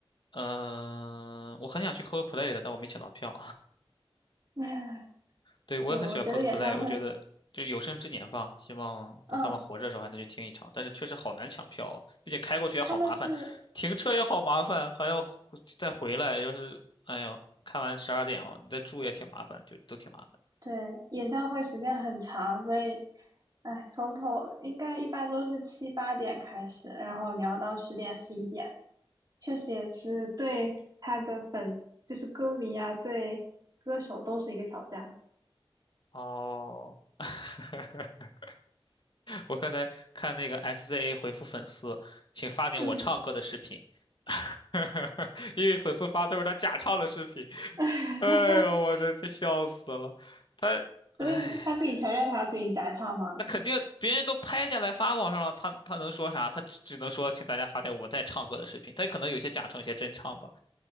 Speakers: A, on the left; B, on the right.
A: 嗯、我很想去 Coldplay 的，但我没抢到票。
B: 唉，
A: 对，我也很喜欢
B: 是，我觉得演唱会，
A: Coldplay，我觉得就有生之年吧，希望等他们活着的时候还能去听一场。
B: 嗯，
A: 但是确实好难抢票啊，并且开过去也好麻烦，
B: 他们是
A: 停车也好麻烦，还要回再回来。要是哎呦，看完十二点了，你再住也挺麻烦，就都挺麻烦。
B: 对，演唱会时间很长，所以，哎，从头应该一般都是七八点开始，然后你要到十点十一点，确实也是对他的粉丝，就是歌迷啊，对歌手都是一个挑战。
A: 哦，<laughs> 我刚才看那个 SZA 回复粉丝，请发点我唱歌的视频，
B: 嗯，
A: <laughs> 因为粉丝发都是他假唱的视频。
B: <laughs>
A: 哎呦，我的这笑死了，他，
B: 所以他自己承认他自己假唱吗？
A: 哎。那肯定别人都拍下来发网上了，他他能说啥？他只只能说请大家发点我在唱歌的视频，他可能有些假唱，有些真唱吧。